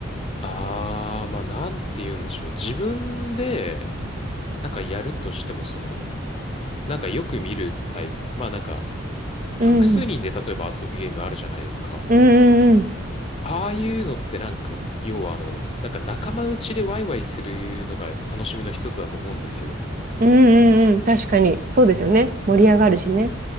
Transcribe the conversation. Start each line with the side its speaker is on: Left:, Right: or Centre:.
Left: あー、まあなんて言うんでしょう。自分で、なんかやるとしても、その、なんかよく見るタイプ、まあなんか、
Right: うん。
Left: 複数人で例えば遊ぶゲームあるじゃないですか。
Right: うんうんうん。
Left: ああいうのってなんか、要はあの、なんか仲間内でワイワイするのが楽しみの一つだと思うんですよ。
Right: うんうんうん。確かに。そうですよね。
Left: そう
Right: 盛り上がるしね。